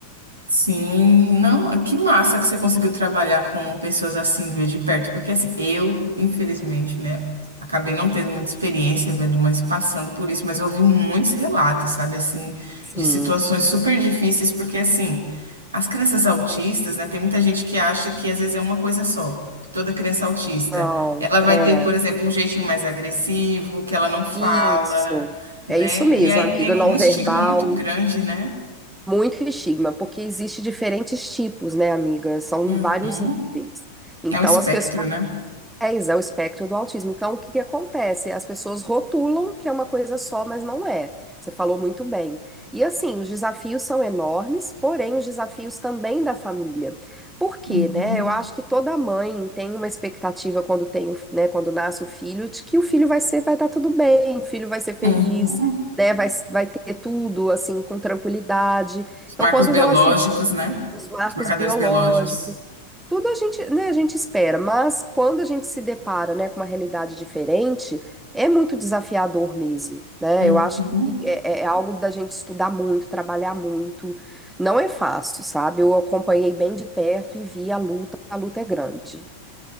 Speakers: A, on the right (about 75°); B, in the centre.
A: Sim, não, que massa que você conseguiu trabalhar com pessoas assim, ver de perto, porque assim, eu, infelizmente, né, acabei não tendo muita experiência, vendo mães passando por isso, mas eu ouvi muitos relatos, sabe, assim,
B: sim.
A: de situações super difíceis, porque assim, as crianças autistas, né, tem muita gente que acha que às vezes é uma coisa só, que toda criança autista,
B: Não,
A: ela vai
B: é.
A: ter, por exemplo, um jeitinho mais agressivo, que ela não fala,
B: Isso.
A: né,
B: É isso mesmo,
A: e aí
B: amiga.
A: tem um
B: Não
A: estigma
B: verbal,
A: muito grande, né?
B: muito estigma, porque existe diferentes tipos, né, amiga? São
A: Uhum.
B: vários níveis. Então,
A: É um espectro,
B: as pessoas
A: né?
B: É, exa- o espectro do autismo. Então, o que que acontece? As pessoas rotulam que é uma coisa só, mas não é. Você falou muito bem. E assim, os desafios são enormes, porém os desafios também da família. Por quê,
A: Uhum.
B: né? Eu acho que toda mãe tem uma expectativa quando tem, o- né, quando nasce o filho, de que o filho vai ser, vai dar tudo bem, o filho vai ser feliz,
A: Uhum.
B: né? Vai, vai ter tudo assim com tranquilidade.
A: Os
B: Então,
A: marcos
B: quando
A: biológicos,
B: ela se
A: né?
B: os marcos
A: Os marcadores
B: biológicos.
A: biológicos.
B: Tudo a gente, né, a gente espera, mas quando a gente se depara, né, com uma realidade diferente, é muito desafiador mesmo, né?
A: Uhum.
B: Eu acho que é, é é algo da gente estudar muito, trabalhar muito. Não é fácil, sabe? Eu acompanhei bem de perto e vi a luta, a luta é grande.